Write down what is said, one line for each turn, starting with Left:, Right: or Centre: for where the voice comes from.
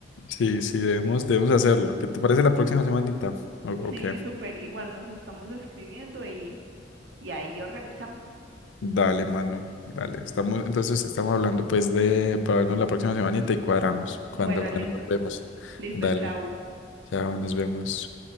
Left: Sí, sí, debemos, debemos hacerlo. ¿Qué te parece la próxima semanita? O-
Right: Sí,
Left: Ok.
Right: súper, igual nos estamos escribiendo y ahí organizamos.
Left: Dale, mano, dale. Estamos, entonces estamos hablando pues de para vernos la próxima semana y te cuadramos cuando,
Right: Bueno,
Left: cuando
Right: listo,
Left: nos vemos.
Right: listo,
Left: Dale,
Right: chau.
Left: chao, nos vemos.